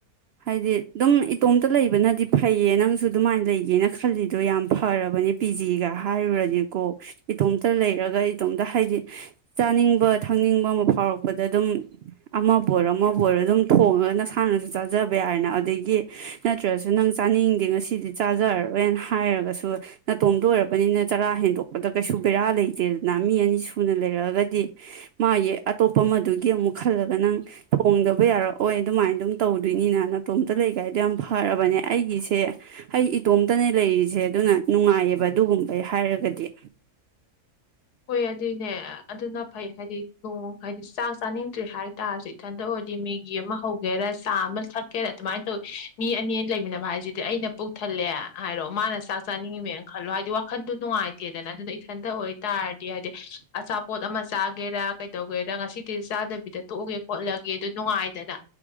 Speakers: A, on the right; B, on the left.
A: ꯍꯥꯏꯗꯤ ꯑꯗꯨꯝ ꯏꯇꯣꯝꯇ ꯂꯩꯕꯅꯗꯤ ꯐꯩꯌꯦ ꯅꯪꯁꯨ ꯑꯗꯨꯃꯥꯏꯅ ꯂꯩꯒꯦꯅ ꯈꯜꯂꯤꯗꯣ ꯌꯥꯝ ꯐꯔꯕꯅꯦ ꯄꯤ ꯖꯤꯒ ꯍꯥꯏꯔꯨꯔꯗꯤꯀꯣ ꯏꯇꯣꯝꯇ ꯂꯩꯔꯒ ꯏꯇꯣꯝꯇ ꯍꯥꯏꯗꯤ ꯆꯥꯅꯤꯡꯕ ꯊꯪꯅꯤꯡꯕ ꯑꯃ ꯐꯥꯎꯔꯛꯄꯗ ꯑꯗꯨꯝ ꯑꯃꯕꯨ ꯑꯣꯏꯔꯣ ꯑꯃꯕꯨ ꯑꯣꯏꯔꯣ ꯑꯗꯨꯝ ꯊꯣꯡꯉꯒ ꯅꯁꯥꯅꯁꯨ ꯆꯥꯖꯕ ꯌꯥꯏꯅ ꯑꯗꯒꯤ ꯅꯠꯇ꯭ꯔꯁꯨ ꯅꯪ ꯆꯥꯅꯤꯡꯗꯦ ꯉꯁꯤꯗꯤ ꯆꯥꯖꯔꯔꯣꯏꯅ ꯍꯥꯏꯔꯒꯁꯨ ꯅꯥꯇꯣꯝꯇ ꯑꯣꯏꯔꯕꯅꯤꯅ ꯆꯔꯥ ꯍꯦꯟꯗꯣꯛꯄꯗ ꯀꯩꯁꯨ ꯕꯦꯔꯥ ꯂꯩꯇꯦꯗꯅ ꯃꯤ ꯑꯅꯤ ꯁꯨꯅ ꯂꯩꯔꯛꯑꯒꯗꯤ ꯃꯥꯒꯤ ꯑꯇꯣꯞꯄ ꯑꯃꯗꯨꯒꯤ ꯑꯃꯨꯛ ꯈꯜꯂꯒ ꯅꯪ ꯊꯣꯡꯗꯕ ꯌꯥꯔꯛꯑꯣꯏ ꯑꯗꯨꯃꯥꯏꯅ ꯑꯗꯨꯝ ꯇꯧꯗꯣꯏꯅꯤꯅ ꯅꯅꯥꯇꯣꯝꯇ ꯂꯩ ꯀꯥꯏꯗꯣ ꯌꯥꯝ ꯐꯔꯕꯅꯦ ꯑꯩꯒꯤꯁꯦ ꯑꯩ ꯏꯇꯣꯝꯇꯅꯦ ꯂꯩꯔꯤꯁꯦ ꯑꯗꯨꯅ ꯅꯨꯡꯉꯥꯏꯌꯦꯕ ꯑꯗꯨꯒꯨꯝꯕꯩ ꯍꯥꯏꯔꯒꯗꯤ
B: ꯍꯣꯏ ꯑꯗꯨꯏꯅꯦ ꯑꯗꯨꯅ ꯐꯩ ꯍꯥꯏꯗꯤ ꯅꯣꯡ ꯍꯥꯏꯗꯤ ꯆꯥꯛ ꯆꯥꯅꯤꯡꯗ꯭ꯔꯦ ꯍꯥꯏ ꯇꯥꯔꯁꯤꯦ ꯏꯊꯟꯇ ꯑꯣꯏꯔꯗꯤ ꯃꯤꯒꯤ ꯑꯃ ꯍꯧꯒꯦꯔꯥ ꯆꯥ ꯑꯃ ꯊꯛꯀꯦꯔꯥ ꯑꯗꯨꯃꯥꯏꯅ ꯇꯧꯋꯤ ꯃꯤ ꯑꯅꯤ ꯂꯩꯃꯤꯟꯅꯕ ꯍꯥꯏꯁꯤꯗꯤ ꯑꯩꯅ ꯄꯨꯛ ꯊꯜꯂꯦ ꯍꯥꯏꯔꯣ ꯃꯥꯅ ꯆꯥꯛ ꯆꯥꯅꯤꯡꯉꯤꯃꯦꯅ ꯈꯜꯂꯣ ꯍꯥꯏꯗꯤ ꯈꯟꯗ ꯅꯨꯡꯉꯥꯏꯇꯦꯗꯅ ꯑꯗꯨꯗ ꯊꯗ ꯑꯣꯏꯣꯏ ꯇꯥꯔꯗꯤ ꯍꯥꯏꯗꯤ ꯑꯆꯥꯄꯣꯠ ꯑꯃ ꯆ ꯒꯦꯔ ꯀꯩꯗꯧꯒꯦꯔ ꯉꯁꯤꯗꯤ ꯆꯥꯗ ꯕꯤꯗ ꯇꯣꯛꯑꯒꯦ ꯈꯣꯠꯂꯒꯦ ꯑꯗꯨ ꯅꯨꯡꯉꯥꯏ ꯗꯅ